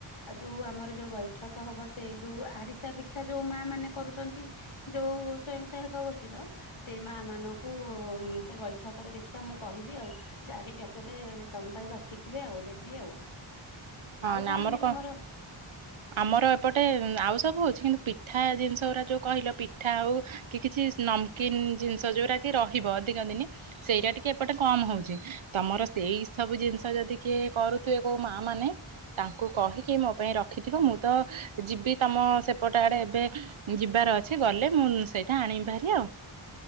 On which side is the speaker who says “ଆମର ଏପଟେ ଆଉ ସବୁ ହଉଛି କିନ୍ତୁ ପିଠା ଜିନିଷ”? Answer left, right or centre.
Right